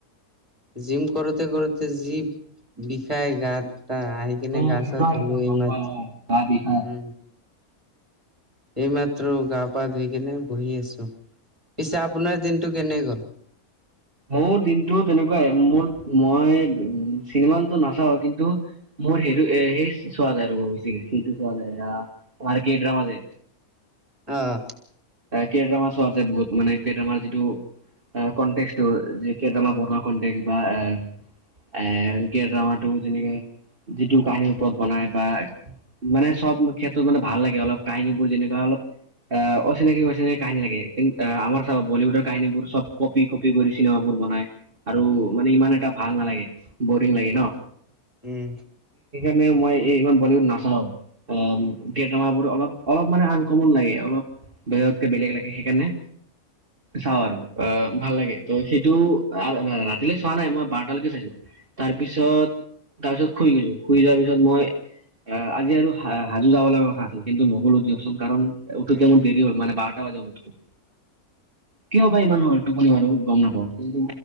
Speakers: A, on the right; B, on the right.
A: জিম কৰোঁতে - কৰোঁতে যি বিষায় গাত তা আহি কিনে
B: উম
A: গা-ছা
B: সেইটো হয়
A: ধুলোঁ
B: কিন্তু গম
A: এই মাত্ৰ-
B: পাওঁ অ
A: উম।
B: গা বিষাই
A: এইমাত্ৰ গা-পা ধুই কেনে বহি আছোঁ। পিছে আপোনাৰ দিনটো কেনে গ'ল?
B: মোৰ দিনটো তেনেকুৱাই। মোৰ মই উম চিনেমানটো নাচাওঁ। কিন্তু মোৰ সেইটো- এ- সেই চোৱা যায় ৰব বেছিকে। সেইটো চোৱা যায় না, তোমাৰ কে ড্ৰামা যে
A: অহ।
B: কেটামান শ' আছে, বহুত মানে ফেত যিটো কনটেছ। টো যি কেইটামান পঢ়া কনটেক্ বা অ'- এ- কে ড্ৰামাটো যেনেকে যিটো কাহিনীৰ ওপৰত বনায় বা মানে চব ক্ষেত্ৰত মানে ভাল লাগে অলপ, কাহিনীবোৰ যেনেকুৱা অলপ অ' অচিনাকি - অচিনাকি কাহিনী থাকে। কিন- অ'- আমাৰ চাব বলিউডৰ কাহিনীবোৰ চব কপি-ক কৰি চিনেমাবোৰ বনাই আৰু মানে ইমান এটা ভাল নালাগে বৰিং লাগে ন
A: উম
B: মানে মই এই ইমান বলীউড নাচাওঁ। অ <unintelligible> অলপ অলপ মানে আনকমন লাগে অলপ বেজতকে বেলেগ লাগে সেইকাৰণে চাওঁ আৰু আহ ভাল লাগে। ত সেইটো ৰাতিলৈ চোৱা নাই মই বাৰটালৈকে চাইছো। তাৰপিছত তাৰ পিছত শুই গৈছো শুই যোৱাৰ পিছত মই। আহ আজি আৰু হাজু যাব লগা কথা আছিল কিন্তু নগলো দিয়কচোন কাৰণ। উঠোতে
A: উম
B: মোৰ দেৰি হ'ল মান বাৰটা বাৰতা বাজি ওঠো কিয় বা ইমান হ'ল টোপনি বাৰু। গম নাপাওঁ কিন্তু